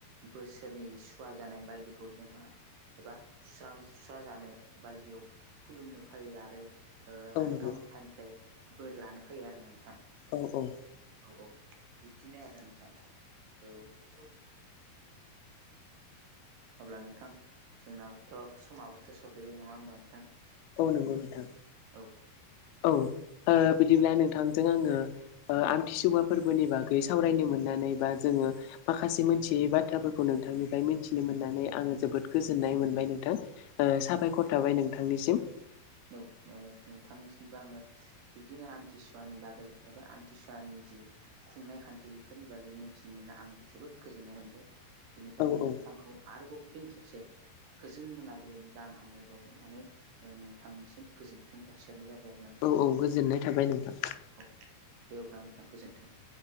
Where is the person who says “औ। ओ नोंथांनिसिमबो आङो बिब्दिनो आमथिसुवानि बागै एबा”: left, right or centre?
Right